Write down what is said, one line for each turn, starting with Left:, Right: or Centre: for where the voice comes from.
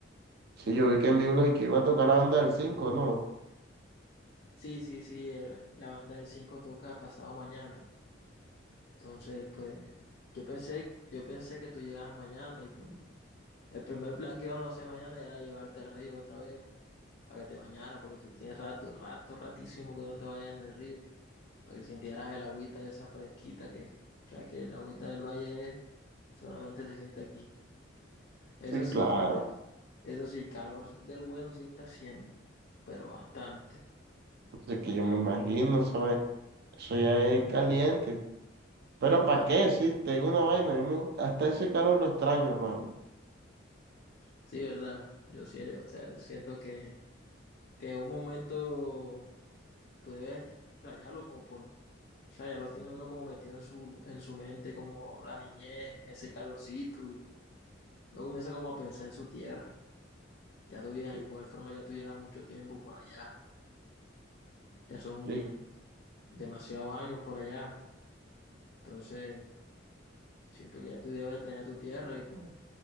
Right: Sí, yo vi que en vivo y que iba a tocar la banda del cinco ¿no?
Left: Sí, sí, sí, el- la banda del 5 toca pasado mañana. Entonces, pues, yo pensé, yo pensé que tú llegabas mañana y pues el primer plan que íbamos a hacer mañana era llevarte al río otra vez para que te bañaras, porque tú tienes rato, rato, ratísimo que no te vayas en el río, para que sintieras el agüita esa fresquita que, o sea, que el agüita del valle es- solamente se siente aquí. Eso
Right: Sí,
Left: sí,
Right: claro.
Left: Eso sí, calor del bueno sí está haciendo, pero bastante.
Right: Así que yo me imagino, ¿sabes? Eso ya es caliente. Pero ¿para
Left: va.
Right: qué? Sí, te digo una vaina. A mí me gusta, hasta ese calor lo extraño, hermano.
Left: Sí, verdad. Yo sí, o sea, siento que, que un momento tú debes extrañarlo como por, o sea, ya lo tiene uno como metido en su, en su mente, como la niñez, ese calorcito, y luego comienza como a pensar en su tierra. Ya tú llevas,
Right: Sí.
Left: de igual forma ya tú llevas mucho tiempo por allá, ya son
Right: Sí.
Left: demasiados años por allá, entonces siento que ya tú debes extrañar tu tierra y pues